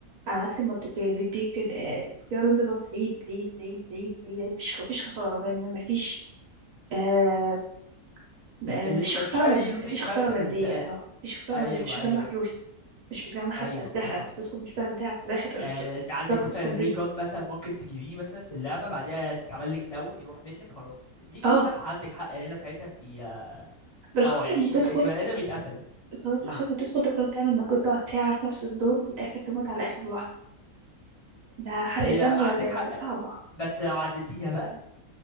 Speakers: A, on the right (about 70°); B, on the left (about 25°).
A: على عكس المالتي بلاير بيديك آه، اختيار انت تقعد تعيد تعيد تعيد تعيد تعيد تعيد مفيش مفيش خساره لان مفيش آه، ب- مفيش
B: اللي مفيش
A: خسارة
B: اي
A: مد...
B: لوزينج
A: مفيش
B: فاكتور
A: خسارة مادية
B: انت
A: اه مفيش خسارة
B: ايوه
A: مادية مش بتجمع
B: ايوه
A: فلوس مش بتجمع حتى
B: ايوه
A: أسلحة
B: فاهم
A: انت
B: قصدك
A: بتدخل بالسلاح بتاعك في الآخر
B: آه،
A: بتفضل
B: انت عندك
A: تدخل
B: مثلا ري
A: بيه
B: جون مثلا ممكن تجيبيه مثلا في اللعبه بعديها تتعمل لك داون يروح منك خلاص دي دي
A: اه
B: الصراحه عندك حق هنا ساعتها انت اه
A: بالأخص
B: آه، يعني
A: لما بتدخل
B: دي- كبني ادم يتقفل
A: بالأخص
B: مم.
A: لما بتدخل تفضل تعمل مجهود تقعد ساعة في نفس الدور في الآخر تموت على آخر لحظة ده حرقة
B: هي
A: دم
B: عندك
A: آه،
B: حق
A: صعبة
B: بس لو عديتيها بقى